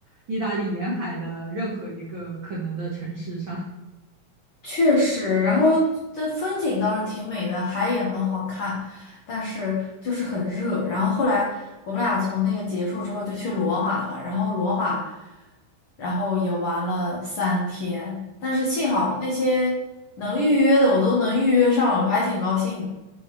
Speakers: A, on the right (about 70°); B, on the left (about 60°).
A: 意大利沿海的任何一个可能的城市上。
B: 确实，然后这风景倒是挺美的，海也很好看，但是就是很热。然后后来我们俩从那个结束之后就去罗马了，然后罗马，然后也玩了三天，但是幸好那些能预约的我都能预约上了，我还挺高兴的。